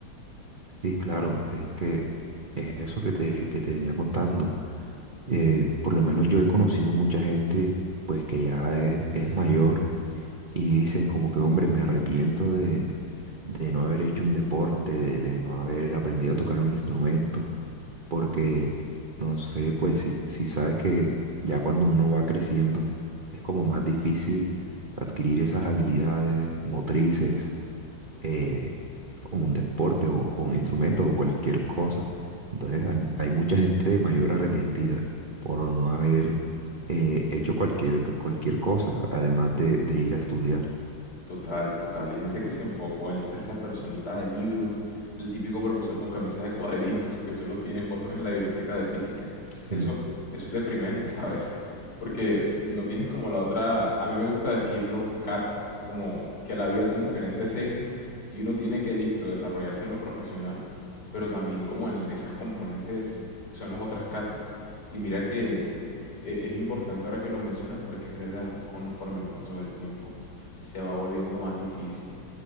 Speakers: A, on the right (about 45°); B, on the left (about 55°).
A: sí, claro, es que es eso que te, que te venía contando eh, por lo menos yo he conocido mucha gente pues que ya es, es mayor y dicen como que, hombre, me arrepiento de, de no haber hecho un deporte, de, de no haber aprendido a tocar un instrumento, porque, no sé, pues si, si sabes que ya cuando uno va creciendo es como más difícil adquirir esas habilidades motrices eh, como un deporte o, o un instrumento o cualquier cosa. Entonces hay, hay mucha gente mayor arrepentida por no haber eh, hecho cualquier, cualquier cosa, además de, de ir a estudiar.
B: Total, total. Y gente que se enfocó en ser la personita del libro, el típico profesor con camisas de cuadritos que solo tiene fotos en la biblioteca de física.
A: Sí.
B: Eso, eso es deprimente, <laughs> ¿sabes? Porque no tienes como la otra, a mí me gusta decirlo, cata, como que la vida son diferentes ejes y uno tiene que, listo, desarrollarse en lo profesional, pero también como en esas componentes que son las otras catas. Y mira que e- es importante ahora que lo mencionas porque es verdad, conforme el paso del tiempo se va volviendo más difícil.